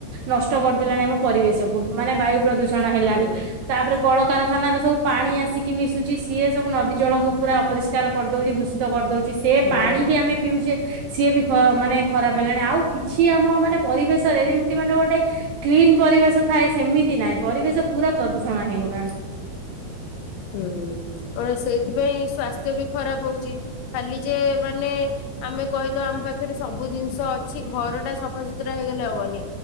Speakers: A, on the right (about 75°); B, on the left (about 80°).
A: ନଷ୍ଟ କରିଦେଲାଣି ଆମ ପରିବେଶକୁୁ, ମାନେ ବାୟୁ ପ୍ରଦୂଷଣ ହେଲାଣି
B: ହୁଁ
A: ତାପରେ କଳକାରଖାନାରେ ସବୁ। ପାଣି ଆସିକି ମିଶୁଚି। ସିଏ ସବୁ ନଦୀ ଜଳକୁ ପୁରା ଅପରିଷ୍କାର କରିଦଉଚି ଦୁସିତ। କରିଦଉଚି, ସେ
B: ହୁଁ।
A: ପାଣି ବି ଆମେ ପିଉଚେ। ସିଏ ବି ମାନେ ଖରାପ ହେଲାଣି। ଆଉ କିଛି ଆମ ମାନେ ପରିବେଶରେ ଯେମିତି ମାନେ ଗୋଟେ। କ୍ଲିନ ପରିବେଶ ଥାଏ ସେମିତି ନାହିଁ, ପରିବେଶ ପୁରା ପ୍ରଦୂଷଣ ହେଇଗଲାଣି।
B: ହୁଁ, ହୁଁ ସେଇଥିପାଇଁ ସ୍ୱାସ୍ଥ୍ୟ ବି ଖରାପ ହଉଚି, ଖାଲି ଯେ ମାନେ। ଆମେ କହିଦବା ଆମ ପାଖରେ ସବୁ ଜିନିଷ ଅଛି ଘର ଟା ସଫାସୁତୁରା ହେଇଗଲେ ହବନି।